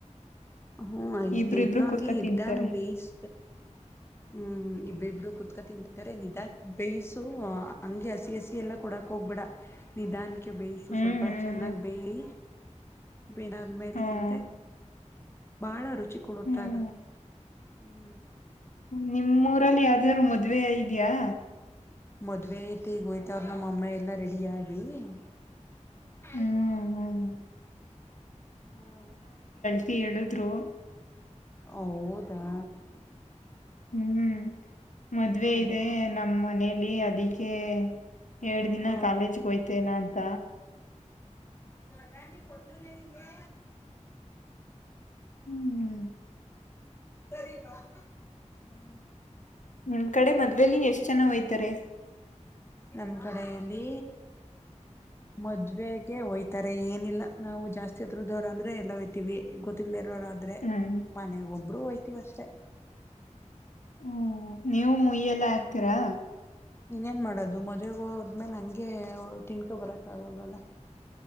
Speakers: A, on the left; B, on the left.
A: ಹ್ಮ್ ಐ
B: ಇಬ್ರು
A: ಸ್ಲೀಟ್ನು
B: ಇಬ್ರು
A: ಹಂಗಗೆ
B: ಕುೂತ್ಕ
A: ಇದಿದ್ದಾನ
B: ತಿಂತಾರೆ
A: ಬೇಸ ಹ್ಮ್ ಇಬ್ಬ ಇಬ್ರು ಕುೂತ್ಕಾ ತಿಂತ ಅರೆ ನಿಧ ಬೇಯ್ಸು ಹಂಗೆ ಹಸಿ ಹಸಿ ಎಲ್ಲಾ ಕೊಡಕ್ ಹೋಗ್ಬೇಡ ನಿಧನ್ ಬೇಯಿಸು
B: ಹ್ಮ್
A: ಸ್ವಲ್ಪ
B: ಹ್ಮ್
A: ಚೆನ್ನಾಗ್ ಬೇಯಿ ಬೇಾದ್ಮೇಲೆ
B: ಹ್ಮ್
A: ತಿಂದ್ರೆ ಬಾಳ ರುಚಿ ಕೊಡುತ್ತಾಗ
B: ಹ್ಮ್
A: ಹ್ಮ್
B: ನಿಮ್ಮ್ಊರಲ್ಲಿ ಯಾವ್ದಾದ್ರು ಮದ್ವೆ ಇದ್ಯಾಾ
A: ಮದ್ವೆ ಐತಿ ಈಗ ಹೋಯ್ತವ್ರ ನಮ್ಮ ಅಮ್ಮ ಎಲ್ಲಾ ರೆಡಿ ಆಗಿ ಹ್ಮ ಆಯ್ತು
B: ಹ್ಮ್ ಹ್ಮ್
A: ಹಾ
B: ಹೇಳಳಿದ್ರು
A: ಹೌದಾ
B: ಹ್ಮ್ ಮದ್ವೆ
A: ಅದೇ
B: ಇದೆ ನಮ್ಮ ಮನೇಲಿ ಅದಕ್ಕೆ. ಎಏಡ್ ದಿನ
A: ಹಾ
B: ಕಾಲೇಜ್ಗೆ ಹಯ್ತೇನ ಅಂತ.
A: ದೊಡ್ಡ ಆಂಟಿ ಕೊಟ್ಟಲನೆ ನಿಂಗೆ
B: ಹ್ಮ್
A: ಸರಿಪಾ ಹ್ಮ
B: ನಿಮ್ ಕಡೆ ಮದ್ವೆೇಲಿ ಎಷ್ಟ್ ಜನ ಹೋಯ್ತಾರೆ.
A: ನಮ್ ಕಡೆಯಲ್ಲಿ. ಮದ್ವೆೆಗೆ ಹಯ್ತಾರೆ ಏನಿಲ್ಲ ನಾವು ಜಾಸ್ತಿ ಹತ್ರದವರು ಅಂದ್ರೆ ಎಲ್ಲ ಹಯ್ತತಿೀವಿ ಗೊತ್ತಿಲ್ಲ. ಇ ಆದ್ರೆ
B: ಹ್ಮ್
A: ಮನೆ ಒಬ್ಬರುೂ ಹಯ್ತೀವ ಅಷ್ಟೆ.
B: ಹ್ಮ್ ನೀವು ಮುಯ್ಯೆಲ್ಲ ಆಗ್ತೀರಾ.
A: ಇನ್ನೇನ್ ಮಾಡೋದು ಮದ್ವೆ ಹೋದ್ಮೇಲೆ ಹಂಗೆ ತಿನ್ಕೊ ಬರಕ್ ಆಗಲವಲ್ಲ